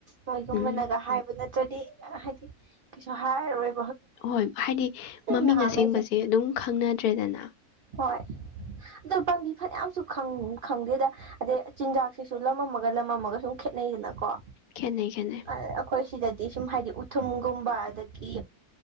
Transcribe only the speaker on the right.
ꯃꯣꯏꯒꯨꯝꯕꯅꯒ
ꯍꯥꯏꯕ ꯅꯠꯇ꯭ꯔꯗꯤ ꯗꯤ ꯍꯥꯏꯗꯤ ꯁ ꯍꯔ ꯔꯣꯏ
ꯅꯍꯥꯉꯩꯁꯦ
ꯍꯣꯏ ꯑꯣ ꯄꯥꯝꯕꯤ ꯐꯅꯌꯥꯝꯁꯨ ꯈꯪꯗꯦꯗ ꯑꯗꯩ ꯆꯤꯟꯖꯥꯛꯁꯤꯁꯨ ꯂꯃꯝꯃꯒ ꯂꯃꯝꯃꯒ ꯁꯨꯝ ꯈꯦꯠꯅꯩꯗꯅꯀꯣ
ꯑꯩꯈꯣꯏ ꯁꯤꯗꯗꯤ ꯁꯨꯝ ꯍꯥꯏꯗꯤ ꯎ ꯊꯨꯝꯒꯨꯝꯕ ꯑꯗꯒꯤ